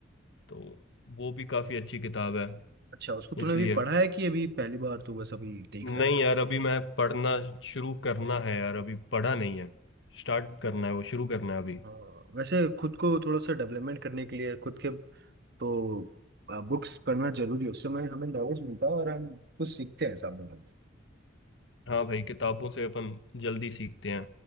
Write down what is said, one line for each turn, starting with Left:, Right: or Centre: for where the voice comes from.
Left: तो वो भी काफी अच्छी किताब है
Right: अच्छा उसको तूने
Left: इसलिए
Right: अभी पढ़ा है कि अभी पहली बार तू बस अभी देख
Left: नहीं
Right: रहा है
Left: यार अभी मैं पढ़ना शुरू करना है यार अभी पढ़ा नहीं है स्टार्ट करना है वो शुरू करना है अभी
Right: हाँ, वैसे खुद को थोड़ा सा डेवलपमेंट करने के लिए खुद के तो बुक्स पढ़ना जरूरी है उससे हमें हमें नॉलेज मिलता है और हम कुछ सीखते हैं सामने वाले से।
Left: हाँ भाई किताबों से अपन जल्दी सीखते हैं